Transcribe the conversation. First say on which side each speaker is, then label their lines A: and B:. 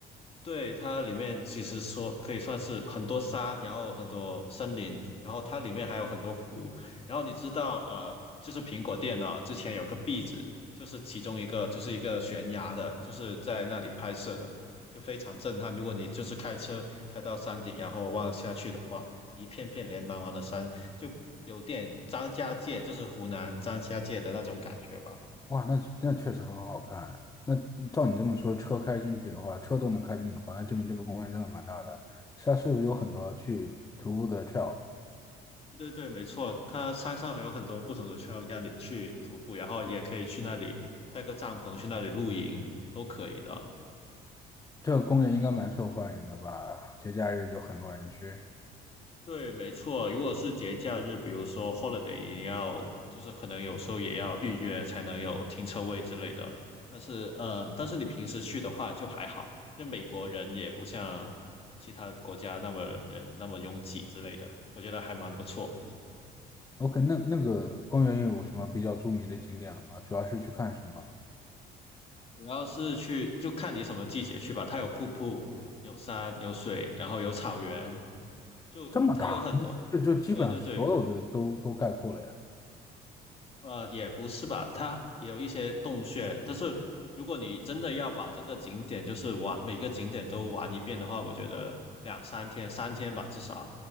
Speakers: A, on the left (about 35°); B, on the left (about 20°).
A: 对，它里面其实说可以算是很多山，然后很多森林，然后它里面还有很多湖。然后你知道，呃，就是苹果电脑之前有个壁纸，就是其中一个就是一个悬崖的，就是在那里拍摄的，就非常震撼。如果你就是开车开到山顶，然后望下去的话，一片片连茫茫的山，就有点张家界，就是湖南张家界的那种感觉吧。
B: 哇，那那确实很好看哎。那照你这么说，车开进去的话，车都能开进去的话，那证明这个公园真的蛮大的。它是不是有很多去徒步的 trail？
A: 对对，没错，它山上还有很多不同的 trail 让你去徒步，然后也可以去那里带个帐篷去那里露营，都可以的。
B: 这个公园应该蛮受欢迎的吧？节假日有很多人去。
A: 对，没错，如果是节假日，比如说 holiday，也要就是可能有时候也要预约才能有停车位之类的。但是呃，但是你平时去的话就还好，就美国人也不像其他国家那么人那么拥挤之类的，我觉得还蛮不错。
B: OK，那那个公园有什么比较著名的景点吗？主要是去看什么？
A: 主要是去就看你什么季节去吧，它有瀑布、有山、有水，然后有草原，就它有很多。
B: 这么大，这就基本上所有的都都概括了呀。
A: 对对对，呃，也不是吧，它也有一些洞穴，但是如果你真的要把这个景点就是玩，每个景点都玩一遍的话，我觉得两三天，三天吧至少。